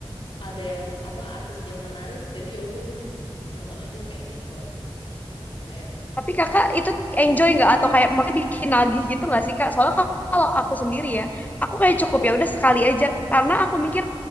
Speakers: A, on the left; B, on the left.
A: ada yang apa artis yang menarik jadi ya udah deh nonton aja kayak gitu enggak yang
B: Tapi kakak itu enjoy nggak atau kayak maksudnya bikin nagih gitu nggak sih kak? Soalnya kak- kalau aku sendiri ya, aku kayak
A: Mm,
B: cukup ya udah sekali aja karena aku mikir